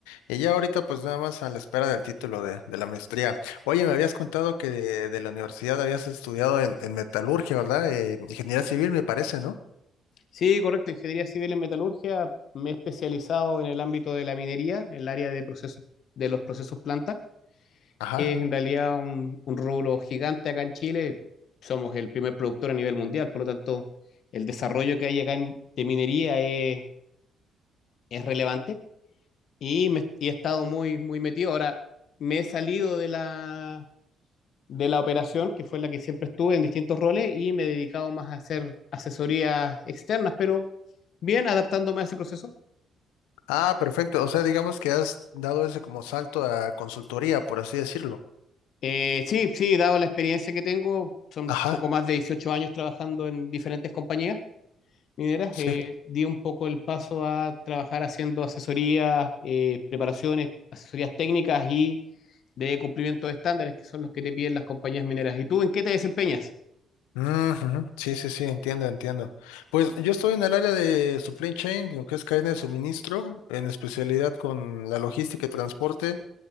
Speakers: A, on the left; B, on the left.
A: y ya ahorita pues nada más a la espera del título de, de la maestría. Oye, me habías contado que de, de la universidad habías estudiado en, en metalurgia, ¿verdad? Eh, ingeniería civil, me parece, ¿no?
B: Sí, correcto. Ingeniería civil en metalurgia. Me he especializado en el ámbito de la minería, en el área de procesos, de los procesos planta,
A: Ajá.
B: que es en realidad un, un rubro gigante acá en Chile. Somos el primer productor a nivel mundial, por lo tanto, el desarrollo que hay acá en- de minería es, es relevante y, me, y he estado muy, muy metido. Ahora me he salido de la, de la operación, que fue la que siempre estuve en distintos roles, y me he dedicado más a hacer asesorías externas, pero bien adaptándome a ese proceso.
A: Ah, perfecto. O sea, digamos que has dado ese como salto a consultoría, por así decirlo.
B: Eh, sí, sí, dado la experiencia que tengo, son
A: Ajá,
B: poco más de 18 años trabajando en diferentes compañías mineras,
A: sí.
B: eh, di un poco el paso a trabajar haciendo asesorías, eh, preparaciones, asesorías técnicas y de cumplimiento de estándares, que son los que te piden las compañías mineras. ¿Y tú en qué te desempeñas?
A: Ujú, Sí, sí, sí, entiendo, entiendo. Pues yo estoy en el área de supply chain, lo que es cadena de suministro, en especialidad con la logística y transporte,